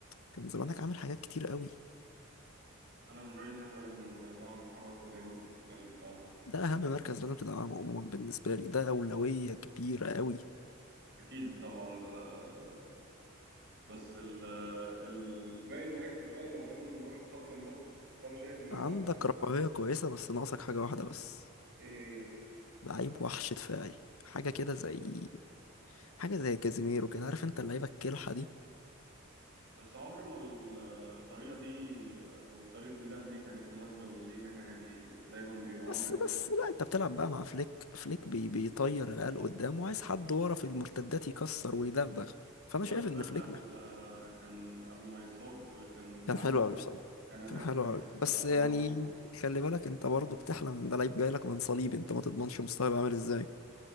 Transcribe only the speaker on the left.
كان زمانك عامل حاجات كتير قوي
ده اهم مركز لازم تدعمه عموما بالنسبة لي ده أولوية كبيرة قوي
عندك
رفاهية كويسة بس ناقصك حاجة واحدة بس
لعيب وحش دفاعي حاجة كده زي حاجة زي كازيميرو كده عارف انت اللعيبة الكلحة دي
بس بس لا انت بتلعب بقى مع فليك فليك بي... بيطير العيال قدام وعايز حد ورا في المرتدات يكسر ويدغدغ فانا
شايف
ان فليك مح-
كان حلو قوي بصراحة
كان
حلو قوي بس
يعني خلي بالك انت برضه بتحلم ان ده لعيب جاي لك من صليب انت ما تضمنش مستواه هيبقى عامل ازاي